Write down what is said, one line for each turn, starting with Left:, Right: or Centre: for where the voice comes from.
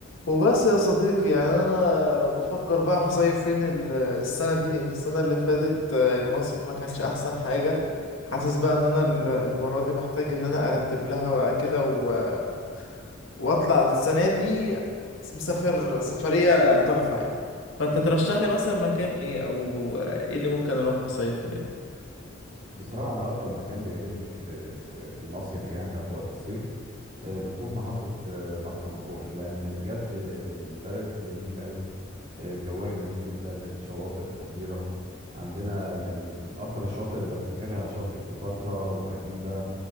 Left: وبس يا صديقي يعني انا بفكر بقى هصيف فين ال- السنه دي لان السنه اللي فاتت آه، المصيف ما كانش احسن حاجه حاسس بقى ان انا ال- المره دي محتاج ان انا ارتب لها بقى كده و- واطلع السنه دي مسافر سفريه تحفه يعني فانت ترشح لي مثلا مكان ايه او ايه اللي ممكن اروح اصيف هناك
Right: بصراحة أنا أكتر مكان بيعجبني في في المصيف يعني أو في وقت الصيف آه، بتكون محافظة آه، مرسى مطروح لأن بجد البلد جميلة أوي آه، جوها جميل جدا الشواطئ خطيرة عندنا يعني أكتر الشواطئ اللي بفتكرها شاطئ كليوباترا وعجيبة